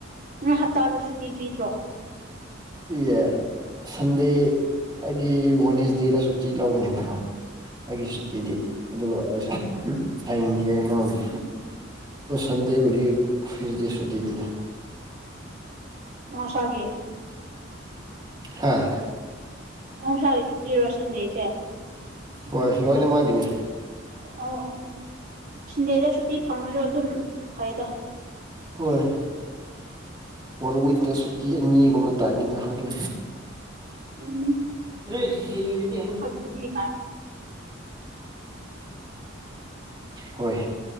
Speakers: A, on the right; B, on the right.
A: ꯅꯪ ꯍꯞꯇꯥꯗ ꯁꯨꯇꯤ ꯄꯤꯗ꯭ꯔꯣ
B: ꯏꯦ ꯁꯟꯗꯦ ꯍꯥꯏꯗꯤ ꯋꯅꯦꯦꯁꯗꯦꯗ ꯁꯨꯇꯤ ꯂꯧꯕꯅꯦꯕꯀꯣ ꯑꯩꯒꯤ ꯁꯨꯇꯤꯗꯤ ꯑꯗꯨꯕꯨ ꯑꯩꯁꯨ ꯍꯌꯦꯡꯗꯤ ꯑ ꯂꯧꯅꯤ ꯁꯟꯗꯦ ꯋꯥꯔꯤ ꯐꯤꯁꯗꯤ ꯁꯨꯇꯤꯅꯤꯅ
A: ꯃꯍꯧꯁꯥꯒꯤ
B: ꯍꯥꯥ
A: ꯃꯍꯧꯁꯥꯒꯤ ꯁꯨꯇꯤꯔꯣ ꯁꯟꯗꯦꯁꯦ
B: ꯍꯣꯏ ꯂꯅꯦ ꯃꯥꯒꯤꯅꯦ
A: ꯑ ꯑ ꯑꯣ ꯁꯟꯗꯦꯗ ꯁꯨꯇꯤ ꯐꯪꯉꯗꯣ ꯑꯗꯨꯝ ꯐꯩꯗ
B: ꯍꯣꯏ ꯋꯥꯟ ꯋꯤꯛꯇ ꯁꯨꯇꯤ ꯑꯅꯤꯒꯨꯝꯕ ꯇꯥꯏꯅꯤꯗ ꯈꯔ
A: ꯎꯝ
B: ꯂꯩ ꯗꯤꯅꯤ ꯊ
A: ꯑꯗꯨꯗꯤ
B: ꯍꯣꯏ